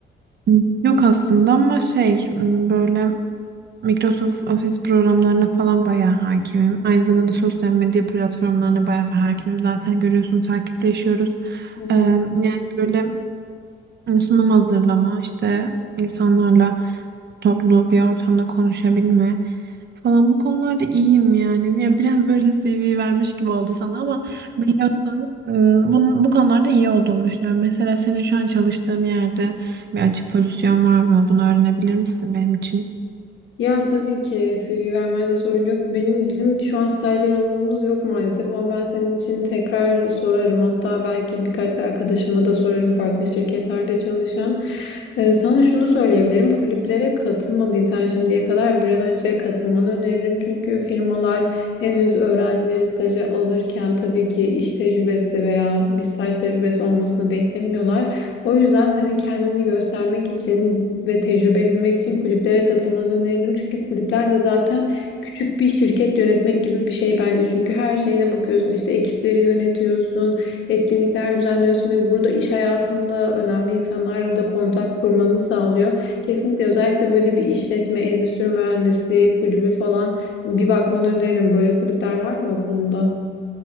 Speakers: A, on the right (about 55°); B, on the left (about 80°).
A: Hmm, Yok aslında ama şey hmm, böyle Microsoft Office programlarına falan bayağı hakimim. Aynı zamanda sosyal medya platformlarına bayağı hakimim. Zaten görüyorsun takipleşiyoruz.
B: Hı hı.
A: Ee, Yani böyle E, Sunum hazırlama, işte insanlarla toplu bir ortamda konuşabilme falan bu konularda iyiyim yani. Ya biraz böyle CV vermiş gibi oldu sana ama biliyorsun e, bunun, bu konularda iyi olduğunu düşünüyorum. Mesela senin şu an çalıştığın yerde bir açık pozisyon var mı? Bunu öğrenebilir misin benim için?
B: Ya tabii ki CV vermende sorun yok. Benim bizim şu an stajyer alımımız yok maalesef ama ben senin için tekrar sorarım. Hatta belki birkaç arkadaşıma da sorarım farklı şirketlerde çalışan. Ee, sana şunu söyleyebilirim. Kulüplere katılmadıysan şimdiye kadar bir an önce katılmanı öneririm. Çünkü firmalar henüz öğrencileri staja alırken tabii ki iş tecrübesi veya bir staj tecrübesi olmasını beklemiyorlar. O yüzden hani kendini göstermek için ve tecrübe edinmek için kulüplere katılmanı öneririm. Çünkü kulüpler de zaten küçük bir şirket yönetmek gibi bir şey bence. Çünkü her şeyine bakıyorsun işte ekipleri yönetiyorsun, etkinlikler düzenliyorsun ve burada iş hayatında önemli insanlarla da kontak kurmanı sağlıyor. Kesinlikle özellikle böyle bir işletme, endüstri mühendisliği kulübü falan bir bakmanı öneririm. Böyle kulüpler var mı okulunda?